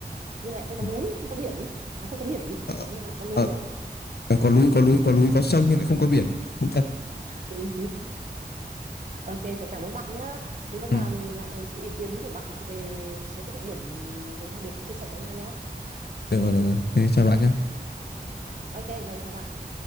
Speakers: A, on the right; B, on the left.
A: Nhưng mà lại không có
B: ừ.
A: núi, không có biển. À không có biển,
B: ờ,
A: nhưng mà lại có núi.
B: ờ, ờ, có núi có núi có núi có sông nhưng lại không có biển cũng thật
A: Ừ. Ok, rồi cảm ơn bạn nhá. Thì hôm
B: ừ.
A: nào mình lại xin ý kiến của bạn về một số cái địa điểm rồi hai đứa cùng chia sẻ với nhau nhá.
B: được rồi được rồi thế chào bạn nhé
A: Ok, rồi chào bạn.